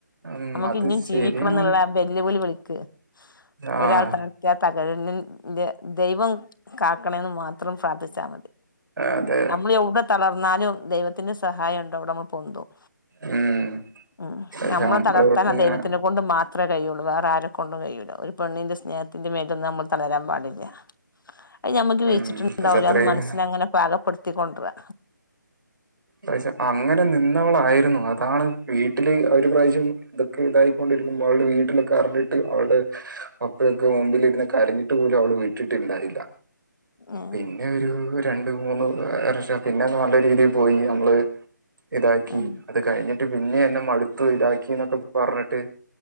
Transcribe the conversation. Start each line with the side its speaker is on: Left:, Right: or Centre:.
Right: ഉം
Left: നമുക്ക്
Right: അത്
Left: ഇനീയും ജീവിക്കണം
Right: ശരിയാണ്.
Left: എന്നുള്ള വെല്ലുവിളി വിളിക്ക്
Right: ആഹ്
Left: ഒരാൾ ത തകഴന്റെ ദൈവം കാക്കണ എന്ന് മാത്രം പ്രാർത്ഥിച്ചാൽ മതി
Right: അതെ
Left: നമ്മൾ എവിടെ തളർന്നാലും ദൈവത്തിന്റെ സഹായം ഉണ്ടോ അവിടെ നമ്മൾ പൊന്തും
Right: ഉം
Left: ഉം
Right: പക്ഷെ
Left: നമ്മെ
Right: നമ്മള്
Left: തളർത്താന
Right: ഇവിടുന്ന് ഇങ്ങനെ
Left: ദൈവത്തിന്റെ കൊണ്ട് മാത്രേ കഴിയുള്ളൂ വേറെ ആരെ കൊണ്ടും കഴിയില്ല ഒരു പെണ്ണിന്റെ സ്നേഹത്തിന്റെ മേലൊന്നും നമ്മൾ തളരാൻ പാടില്ല അത് ഞമ്മുക്ക് വീതി
Right: ഉം
Left: ച്ചിട്ടുണ്ടാവില്ല
Right: പക്ഷെ അത്രയും
Left: എന്ന് മനസ്സിനെ അങ്ങനെ പാകപ്പെടുത്തികൊണ്ടരാ
Right: പ്രാവശ്യം അങ്ങനെ നിന്നവളായിരുന്നു അതാണ് വീട്ടില് ഒരു പ്രാവശ്യം ഇ ഒക്കെ ഇതായിക്കൊണ്ടിരിക്കുമ്പോൾ അവളുടെ വീട്ടിലൊക്കെ അറിഞ്ഞിട്ട് അവളുടെ പപ്പഴൊക്കെ മുമ്പില് ഇരുന്ന് കരഞ്ഞിട്ട് പോലും അവള് വിട്ടിട്ടുണ്ടായില്ല
Left: ആഹ്
Right: പിന്നെ ഒരു രണ്ട് മൂന്ന് വർഷ പിന്നെ നല്ല രീതിൽ പോയി നമ്മള് ഇതാക്കി
Left: ആഹ്
Right: അത് കഴിഞ്ഞിട്ട് പിന്നെ എന്നെ മടുത്തു ഇതാക്കി എന്നൊക്കെ പറഞ്ഞിട്ട്